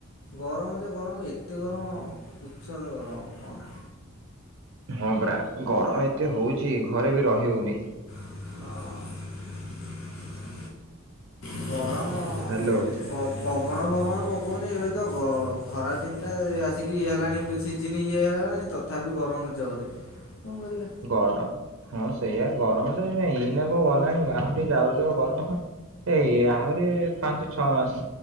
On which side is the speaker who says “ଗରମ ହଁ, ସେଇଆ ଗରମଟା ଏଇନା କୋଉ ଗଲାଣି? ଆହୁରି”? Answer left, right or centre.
Right